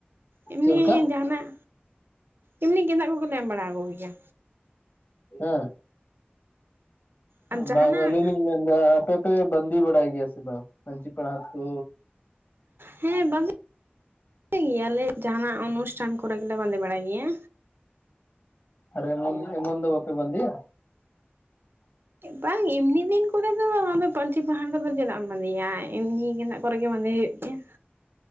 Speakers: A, on the right; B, on the left.
A: ᱮᱢᱱᱤ
B: ᱪᱮᱫ ᱞᱮᱠᱟ
A: ᱡᱟᱦᱟᱱᱟᱜ ᱮᱢᱱᱤ ᱜᱮᱫᱟᱜ ᱠᱚᱜᱮᱞᱮ ᱮᱢ ᱵᱟᱲᱟ ᱠᱚᱜᱮᱭᱟ
B: ᱦᱮ
A: ᱟᱨ ᱡᱟᱦᱟᱱᱟᱜ
B: ᱵᱟᱝ ᱟᱹᱞᱤᱧ ᱞᱤᱧ ᱢᱮᱱ ᱫᱟ ᱟᱯᱮ ᱯᱮ ᱵᱟᱹᱱᱫᱤ ᱵᱟᱲᱟᱭ ᱜᱮᱭᱟ ᱥᱮ ᱵᱟ ᱯᱟᱹᱧᱪᱤ ᱯᱟᱲᱦᱟᱛ ᱠᱩ
A: ᱦᱮ ᱵᱟᱫᱮ <inaudible> ᱜᱮᱭᱟᱞᱮ ᱡᱟᱦᱱᱟᱜ ᱚᱱᱩᱥᱴᱷᱟᱱ ᱠᱚᱨᱮ ᱜᱮᱞᱮ ᱵᱟᱫᱮ ᱵᱟᱲᱟᱭ ᱜᱮᱭᱟ
B: ᱟᱨ ᱮᱢᱚᱱ ᱮᱢᱚᱱ ᱫᱚ ᱵᱟᱯᱮ ᱵᱟᱫᱭᱟ
A: ᱵᱟᱝ ᱮᱢᱱᱤ ᱫᱤᱱ ᱠᱚᱨᱮ ᱫᱚ ᱟᱫᱚ ᱯᱟᱹᱧᱪᱤ ᱯᱟᱲᱦᱟᱴ ᱠᱚᱫᱚ ᱪᱮᱫᱟᱜ ᱮᱢ ᱵᱟᱫᱮᱭᱟ ᱮᱢᱱᱤ ᱜᱮᱫᱟᱜ ᱠᱚᱨᱮ ᱜᱮ ᱵᱟᱫᱮ ᱦᱚᱭᱚᱜ ᱜᱮᱭᱟ